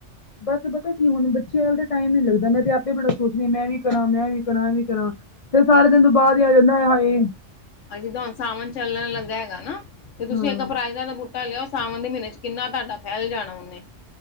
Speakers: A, on the left; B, on the left.
A: ਬਸ ਪਤਾ ਕੀ ਹੁਣ ਬੱਚਿਆਂ ਦਾ ਟਾਈਮ ਨੀ ਲੱਗਦਾ ਮੈਂ ਤੇ ਆਪੇ ਬੜਾ ਸੋਚਦੀ ਹਾਂ ਮੈਂ ਵੀ ਕਰਾਂ' ਮੈਂ ਵੀ ਕਰਾਂ' ਐ ਵੀ ਕਰਾਂ। ਤੇ ਸਾਡੇ ਤਿੰਨ ਦਿਨ ਤੋਂ ਬਾਅਦ ਹੀ ਆ ਜਾਂਦਾ ਹਾਏ।
B: ਆ ਜਿੱਦਾਂ ਹੁਣ ਸਾਮਣ ਚੱਲਣ ਲੱਗਾ ਹੈਗਾ ਨਾ ਤੇ ਤੁਸੀਂ
A: ਹਾਂ
B: ਇੱਕ ਅਪਰਾਜ ਦਾ ਦਾ ਬੂਟਾ। ਲਿਆ ਉਹ ਸਾਵਣ ਦੇ ਮਹੀਨੇ ਚ ਕਿੰਨਾ ਤੁਹਾਡਾ ਫੈਲ ਜਾਣਾ ਉਹਨੇ